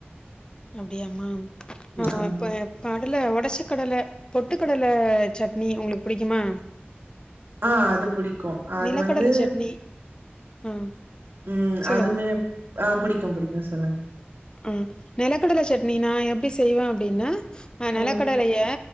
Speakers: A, on the left (about 20°); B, on the right (about 65°).
A: அப்டியாமா அ
B: ஆமா
A: இப்ப பாட் டுல ஒடச்ச கடல பொட்டு கடல சட்னி உங்ளுக் புடிக்குமா
B: அ அது புடிக்கு அது
A: நிலக்கடல
B: வந்து
A: சட்னி ஆ
B: ம்
A: சொல்லுங்க.
B: அதுமே அ புடிக்கு புடிக்கு சொல்லுங்க
A: ம் நெலக்கடல சட்னி நா எப்டி செய்வே அப்டின்னா அ நெலக்கடலைய
B: ம்